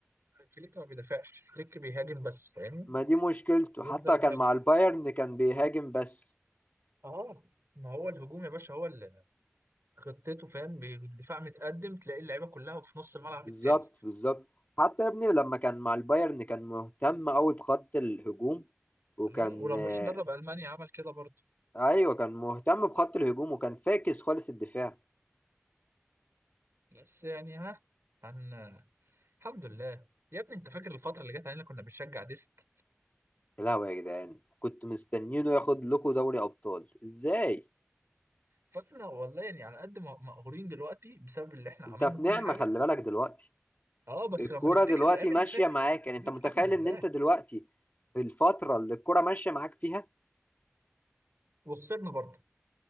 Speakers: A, on the right; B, on the left.
A: فليك ما بيدافعش فليك بيهاجم بس فاهمني
B: ما دي مشكلته
A: يفضل
B: حتى
A: يهاجم
B: كان مع البايرن كان بيهاجم بس
A: اه ما هو الهجوم يا باشا هو اللي خطته فاهم بي- الدفاع متقدم تلاقي اللعيبه كلها في نص الملعب
B: بالظبط
A: التاني
B: بالظبط حتى يا ابني لما كان مع البايرن كان مهتم قوي بخط الهجوم وكان
A: اه ولما
B: آه،
A: راح درب المانيا عمل كده برضه
B: ايوه كان مهتم بخط الهجوم وكان فاكس خالص الدفاع
A: بس يعني ها هن الحمد لله يا ابني انت فاكر الفترة اللي جت علينا كنا بنشجع ديست
B: يا لهوي يا جدعان كنت مستنينه ياخد لكم دوري ابطال ازاي
A: فاحنا والله يعني على قد ما مقهورين دلوقتي بسبب اللي احنا عملنا
B: انت في
A: كل
B: نعمة
A: حاجة
B: خلي بالك دلوقتي
A: اه بس
B: الكرة
A: لما نفتكر
B: دلوقتي
A: الايام
B: ماشية
A: اللي فاتت
B: معاك
A: بنقول
B: يعني انت متخيل
A: الحمد
B: ان
A: لله
B: انت دلوقتي في الفترة اللي الكرة ماشية معاك فيها
A: وخسرنا برضه